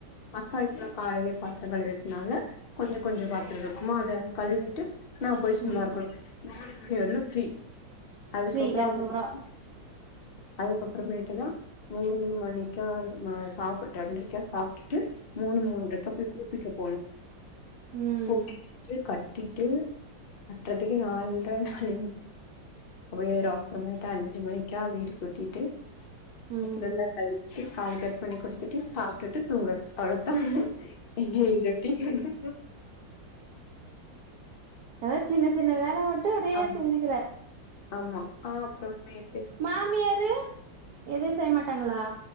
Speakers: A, on the left (about 50°); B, on the right (about 60°).
A: அக்கா இப்ப தா காலையில பாத்தரங்கள் வெளக்னால கொஞ்ச கொஞ்ச பாத்தரம் இருக்குமா அத கழுவிட்டு நா போய் சும்மா
B: ம்
A: இருக்கணு நாலு மணி வரைலு ஃப்ரீ அதுக்கப்ற
B: ஃப்ரீ அதுக்கப்புறோ
A: அவ்ங்க வந்து அதுக்கப்பறமேட்டு தா மூணு மணிக்கா நா சாப் ரெண்ரைக்கா சாப்ட்டுட்டு மூணு மூண்ரைக்கா போய் கூப்பிக்க போணு
B: ம்
A: த்த கட்டிட்டு கட்றதுக்கே நால்ர நா <unintelligible> அப்டே ஒரு <unintelligible> த வீடு கூட்டிட்டு
B: ம்
A: பாத்தரோ எல்லாம் கழுவிட்டு காய் பண்ணி குடுத்துட்டு சாப்ட்டுட்டு தூங்கறது அவ்ள தா இங்க எங்க டீச்சரு
B: அதா சின்ன சின்ன வேல மட்டு அப்டே
A: ஆம்
B: செஞ்சுக்கற
A: ஆமா அஹ் அப்பறமேட்டு
B: மாமியாரு எது செய்ய மாட்டாங்களா